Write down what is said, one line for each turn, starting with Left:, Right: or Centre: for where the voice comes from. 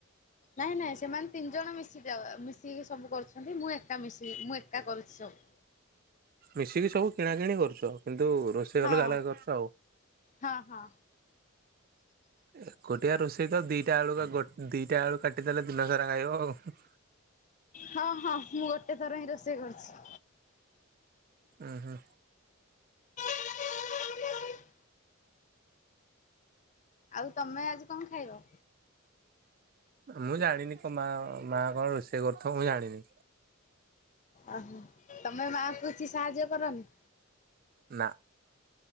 Left: ନାଇଁ ନାଇଁ ସେମାନେ ତିନି ଜଣ ମିଶିକି ଅ ମିଶିକି ସବୁ କରୁଛନ୍ତି ମୁଁ ଏକା ମିଶିକି ମୁଁ ଏକା କରୁଛି ସବୁ।
Right: ମିଶିକି ସବୁ କିଣା କିଣି କରୁଛ କିନ୍ତୁ ରୋଷେଇ
Left: ହଁ
Right: ଅଲଗା ଅଲଗା କରୁଛ ଆଉ।
Left: ହଁ ହଁ
Right: ଏକୁଟିଆ ରୋଷେଇ ତ ଦିଟା ଆଳୁ ବ ଗୋ ଦିଟା ଆଳୁ କାଟିଦେଲେ ଦିନସାରା ଖାଇବ ଆଉ।
Left: ହଁ ହଁ ମୁଁ ଗୋଟେ ଥର ହିଁ ରୋଷେଇ କରୁଛି।
Right: ଉୁଁ ହୁଁ
Left: <unintelligible> ଆଉ ତମେ ଆଜି କଣ ଖାଇବ?
Right: ମୁଁ ଜାଣିନି କନ ମା ମା କଣ ରୋଷେ କରୁଥିବା ମୁଁ ଜାଣିନି।
Left: ଓହୋ ତମେ ମାଆଙ୍କୁ କିଛି ସାହାଯ୍ୟ କରନି।
Right: ନା।